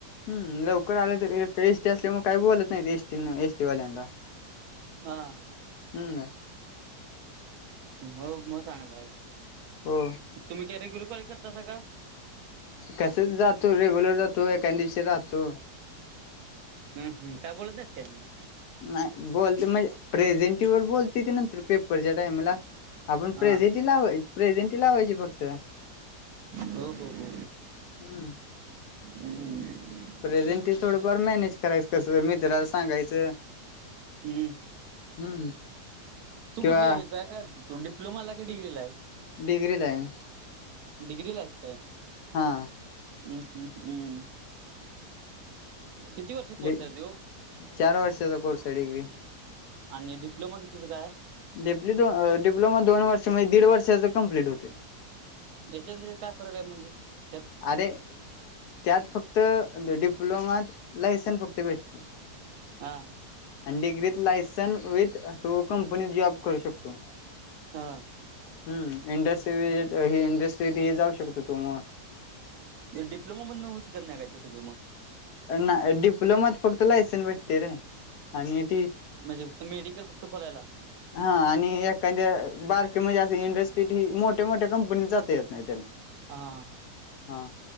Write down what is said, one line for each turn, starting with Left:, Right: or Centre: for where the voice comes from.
Left: हम्म लवकर आले तर ते एस टी असल्यामुळे काही बोलत नाही ती एस टी ना एस टी वाल्यांना.
Right: आं
Left: हम्म नाय
Right: मग मग चांगल हाय.
Left: हो.
Right: तुम्ही रेग्युलर पाळी करता साका?
Left: कसं जातो रेग्युलर जातो, एखादं दिवशी राहतो.
Right: हम्म हम्म. काय बोलत नाहीत काय?
Left: नाही बोलते म्हणजे प्रेझेंटीवर बोलते ती नंतर पेपरच्या टायमाला. आपण
Right: हा
Left: प्रेझेंटी लावाय प्रेझेंटी लावायची फक्त.
Right: हो हो हो.
Left: हम्म
Right: हम्म.
Left: प्रेझेंटी थोडंफार मॅनेजं करायचं कसं मित्राला सांगायचं.
Right: हम्म.
Left: हम्म.
Right: तू
Left: किंवा
Right: कुठली आहे काय काय तु डिप्लोमाला हाय की डिग्रीला आहेस?
Left: डिग्रीला हाय.
Right: डिग्रीला आहेस काय?
Left: हा.
Right: हं हं हं. किती वर्ष कोर्स
Left: डी
Right: आहे त्यो?
Left: चार वर्षचा कोर्स आहे डिग्री.
Right: आणि डिप्लोमा कितीचं काय?
Left: डीप्लि अ डिप्लोमा दोन वर्ष म्हणजे दीड वर्षाच कम्प्लिट होतोय.
Right: याच्यात आणि त्याच्यात काय फरक आहे म्हणजे? त्यात
Left: अरे त्यात फक्त डिप्लोमात लायसन्स फक्त भेटतंय.
Right: हा.
Left: आणि डिग्रीत लायसन विथ तो कंपनीत जॉब करू शकतो.
Right: हा.
Left: हं इंडस्ट्री विझीट ही इंडस्ट्रीतही जाऊ शकतो तू मग.
Right: डिप्लोमामधनं होऊ शकत नाही काय ते सगळं मग.
Left: ना डिप्लोमात फक्त लायसन भेटतंय र. आणि ती
Right: म्हणजे फक्त मेडिकल फक्त खोलायला.
Left: हा आणि एखांद्या बारकी म्हणजे असं इंडस्ट्रीत हि मोठ्या मोठ्या कंपनी जाता येत नाही त्याला.
Right: हा.
Left: हा